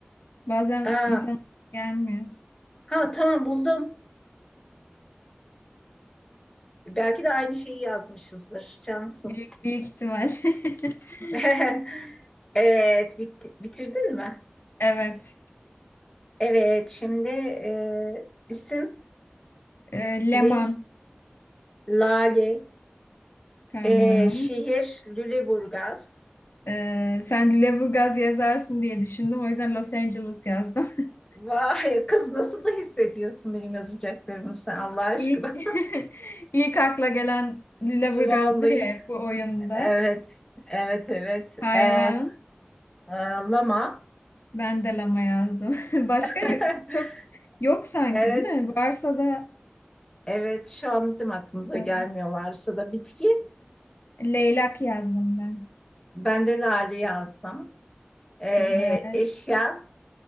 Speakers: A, on the left; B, on the left.
A: Bazen
B: Aa,
A: insan gelmiyor.
B: ha tamam buldum. Belki de aynı şeyi yazmışızdır Cansu.
A: Büyük, büyük ihtimal. <laughs>
B: <laughs> Evet, bit- bitirdin mi?
A: Evet.
B: Evet, şimdi e, isim
A: Ee, Leman.
B: ne? Lale,
A: Tamam.
B: e, şehir Lüleburgaz,
A: Ee, sen Lüleburgaz yazarsın diye düşündüm. O yüzden Los Angeles yazdım. <laughs>
B: Vay kız nasıl da hissediyorsun benim yazacaklarımı sen Allah aşkına.
A: İlk, <laughs> ilk akla gelen
B: <laughs>
A: Lüleburgaz'dır
B: Vallahi.
A: ya hep bu oyunda.
B: Evet. Evet evet.
A: Hayvan.
B: Ee, e, lama.
A: Ben de lama yazdım. <laughs> Başka
B: <laughs>
A: çok yok sanki
B: Evet.
A: değil mi? Varsa da
B: Evet şu an bizim aklımıza
A: e,
B: gelmiyorlarsa da bitki.
A: leylak yazdım ben.
B: Ben de lale yazdım. Ee,
A: Güzel.
B: eşya.